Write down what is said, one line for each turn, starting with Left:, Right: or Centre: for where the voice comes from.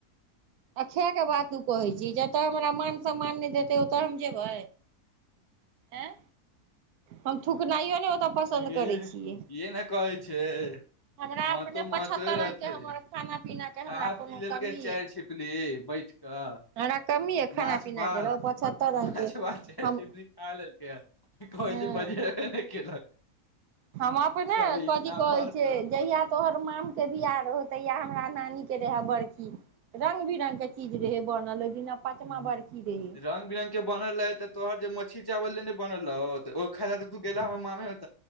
Right: अरथै के बात तू कहै छी जतऽ हमरा मान सम्मान नहि देतै ओतऽ हम जेबै ऐं हम थुकनाइयो नै ओतय पसन्द
Left: एं गे
Right: करय
Left: इहे
Right: छियै
Left: ने कहै छै
Right: हमरा
Left: महतो
Right: अपने
Left: महतोए
Right: पच्छत्तर
Left: रहतै
Right: रंग के हमर खाना पीना के
Left: खा
Right: हमरा कोनो
Left: पी लेलकै
Right: कमी
Left: चारि
Right: ये
Left: छिपली कि बैठ कऽ
Right: हमरा कमी ये खाना
Left: माछ
Right: पीना
Left: भात
Right: के रहु पचहत्तर रंग
Left: माछ
Right: के
Left: भात चारि
Right: हम
Left: छिपली खा लेलकै ह कहै
Right: हँ
Left: छै बजेबे नहि केलक
Right: हम अपने
Left: सब ई
Right: कथी
Left: नाम
Right: कहै
Left: तो
Right: छै जहिया तोहर माम के बियाह तहिया हमरा नानी के रहे बरखी रंग बिरंग के चीज रहे बनल दिना पचमा
Left: ह
Right: बरखी रहै
Left: रंग बिरंगग के बनल रहै तऽ तोहर जे मछली चावल लेने बनल रहौ ओ खाल ल तू ग गेलो हम मामामे <unintelligible>